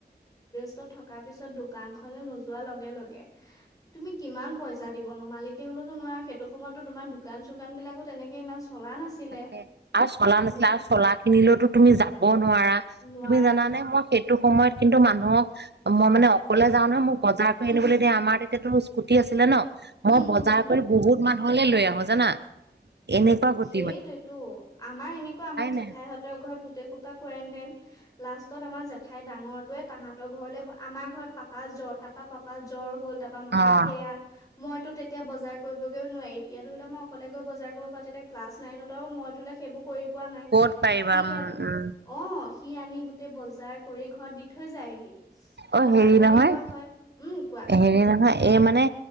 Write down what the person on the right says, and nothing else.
তে আৰু চলা
নাছিলে আৰু চলা খিনিলৈতো তুমি যাব নোৱাৰা তুমি
জানানে মই সেই স সময়ত কিন্তু মানুহক মই মানে অকলে যাওঁ নহয় ম বজাৰ
আনিবলৈ দয়া আমাৰ তেতি তো স্কুটি আছিলে ন
মই বজাৰ
কৰি বহুত মানুহ নহলে লৈ আহো জানা এনেকুৱা কথা
নাই
অ'।
ক'ত পাৰিবা
উম
উম
অ
হেৰি
নহয়
হেৰি নহয় এই মানে